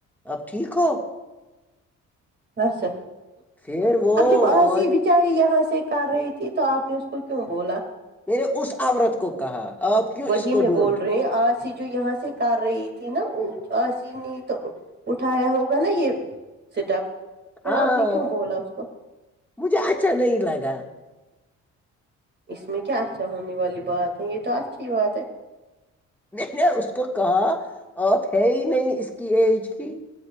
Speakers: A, in the centre; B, on the right (about 35°).
A: آپ ٹھیک ہو
B: اسا
A: پھر وہ
B: اب جب آسی
A: اور
B: بھی چار یہاں سے کر رہی تھی تو آپ نے اس کو کیوں بولا
A: میں نے اس آورت کو کہا آپ کیوں
B: وہی
A: اس کو
B: میں
A: ڈھونڈ
B: بول رہے ہیں آج ہی جو یہاں سے کر رہی تھی نا ایسی نے تو اٹھایا ہوگا نا یے سٹ اپ پھر
A: ہاں
B: آپ نے کیوں بولا اس کو
A: مجھے اچھا نہیں لگا
B: اس میں کیا اچھا ہونے والی بات ہے یے تو اچھی بات ہے
A: نہیں نے اس کو کہا آپ ہے ہی نہیں اس کی ایج کی